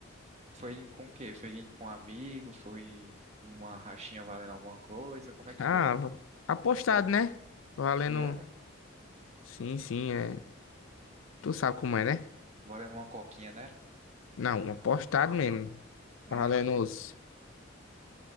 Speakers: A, on the right (about 35°); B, on the left (about 75°).
A: Foi em- com o quê? Foi em- com um amigo? Foi uma rachinha valendo alguma coisa? Como é que
B: Ah,
A: foi?
B: va- apostado, né? Valendo.
A: E era?
B: Sim, sim, é. Tu sabe como é, né?
A: Valendo uma coquinha, né?
B: Não, apostado mesmo.
A: Hum,
B: Valendo os,